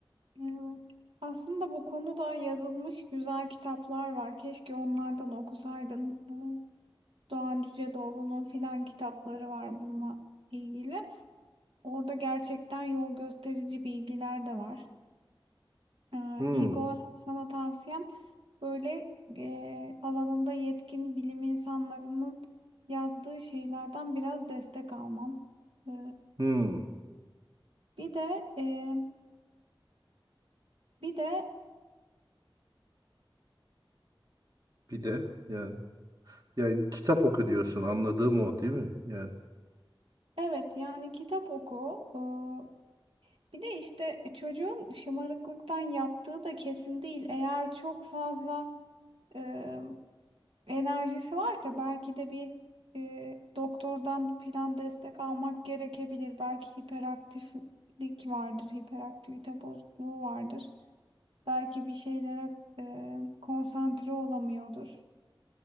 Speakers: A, on the right; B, on the right.
A: Evet. Aslında bu konuda yazılmış güzel kitaplar var. Keşke onlardan okusaydın. Ee, Doğan Cüceloğlu'nun filan kitapları var bununla ilgili. Orada gerçekten yol gösterici bilgiler de var. Ee,
B: Hmm,
A: İlk olarak sana tavsiyem böyle e, alanında yetkin bilim insanlarının yazdığı şeylerden biraz destek almam. Ee,
B: hmm.
A: bir de e, bir de
B: Bir de yani yani kitap oku diyorsun anladığım o değil mi? Yani
A: evet yani kitap oku. Ee, bir de işte çocuğun şımarıklıktan yaptığı da kesin değil. Eğer çok fazla e, enerjisi varsa belki de bir e, doktordan plan destek almak gerekebilir. Belki hiperaktiflik vardır, hiperaktivite bozukluğu vardır. Belki bir şeylere e, konsantre olamıyordur.